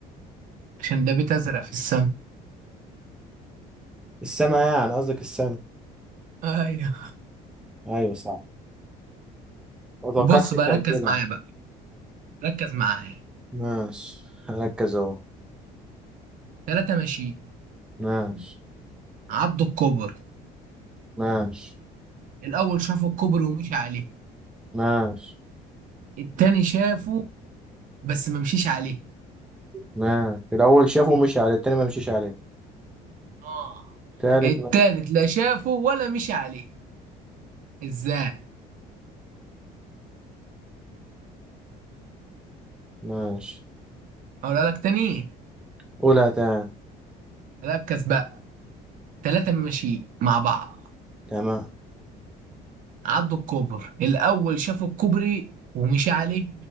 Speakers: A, on the right; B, in the centre.
A: <laughs> عشان ده بيت أزرق في السما
B: السما يعني قصدك السما
A: ايوه
B: أيوة صح ما توقعتش
A: بص بقى
B: أنت هتجيبها
A: ركز معايا بقى ركز معايا
B: ماشي هركز أهو
A: ثلاثة ماشي
B: ماشي
A: عضوا الكوبري
B: ماشي
A: الأول شافوا الكوبري ومشي عليه
B: ماشي
A: التاني شافه بس ما مشيش عليه
B: ماشي الأول شافه ومشي عليه التاني ما مشيش عليه
A: اه
B: تالت
A: التالت
B: ما.
A: لا شافه ولا مشي عليه ازاي؟
B: ماشي
A: أقولها لك تاني
B: قولها تاني
A: ركز بقى ثلاثة ماشي مع بعض
B: تمام
A: عدوا الكوبر الاول شافوا الكوبري ومشي عليه